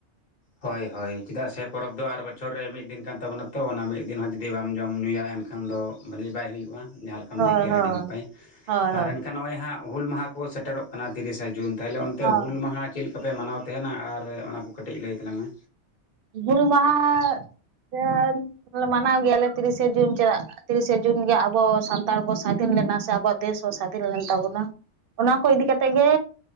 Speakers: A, on the left (about 45°); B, on the right (about 60°).
A: ᱦᱳᱭ ᱦᱳᱭ ᱪᱮᱫᱟᱜ ᱥᱮ ᱯᱚᱨᱚᱵᱽ ᱫᱚ ᱟᱨ ᱵᱚᱪᱷᱚᱨ ᱨᱮ ᱢᱤᱫ ᱫᱤᱱ ᱠᱟᱱ ᱛᱟᱵᱚᱱᱟ ᱛᱚ ᱚᱱᱟ ᱢᱤᱫ ᱫᱤᱱ ᱦᱚᱸ ᱡᱩᱫᱤ ᱵᱟᱢ ᱡᱚᱢ ᱧᱩᱭᱟ ᱮᱱᱠᱷᱟᱱ ᱫᱚ ᱵᱷᱟᱹᱞᱮ ᱵᱟᱭ ᱦᱩᱭᱩᱜᱼᱟ ᱡᱟᱦᱟᱸ ᱞᱮᱠᱟᱢ
B: ᱦᱳᱭ
A: ᱞᱟᱹᱭ ᱠᱮᱭᱟ
B: ᱦᱳᱭ
A: ᱟᱹᱰᱤ ᱱᱟᱯᱟᱭ
B: ᱦᱳᱭ ᱦᱳᱭ
A: ᱟᱨ ᱱᱚᱜᱼᱚᱭ ᱦᱟᱸᱜ ᱦᱩᱞ ᱢᱟᱦᱟ ᱠᱚ ᱥᱮᱴᱮᱨᱚᱜ ᱠᱟᱱᱟ ᱛᱤᱨᱤᱥᱟ ᱡᱩᱱ ᱛᱟᱦᱚᱞᱮ ᱚᱱᱛᱮ
B: ᱦᱳᱭ
A: ᱦᱩᱞ ᱢᱟᱦᱟ ᱪᱮᱫ ᱞᱮᱠᱟᱯᱮ ᱢᱟᱱᱟᱣ ᱛᱟᱦᱮᱱᱟ ᱟᱨ ᱚᱱᱟ ᱠᱚ ᱠᱟᱹᱴᱤᱡ ᱞᱟᱹᱭ ᱛᱟᱞᱟᱝ ᱢᱮ
B: ᱦᱩᱞ ᱢᱟᱦᱟ ᱢᱟᱱᱟᱣ ᱜᱮᱭᱟᱞᱮ ᱛᱤᱨᱤᱥᱮ ᱡᱩᱱ ᱪᱟᱜ ᱛᱤᱨᱤᱥᱮ ᱡᱩᱱ ᱜᱮ ᱟᱵᱚ ᱥᱟᱱᱛᱟᱲ ᱵᱚᱱ ᱥᱟᱫᱷᱤᱱ ᱞᱮᱱᱟ ᱥᱮ ᱟᱵᱚᱣᱟᱜ ᱫᱮᱥ ᱵᱚᱱ ᱥᱟᱫᱷᱤᱱ ᱞᱮᱱ ᱛᱟᱵᱚᱱᱟ ᱚᱱᱟ ᱠᱚ ᱤᱫᱤ ᱠᱟᱛᱮᱫ ᱜᱮ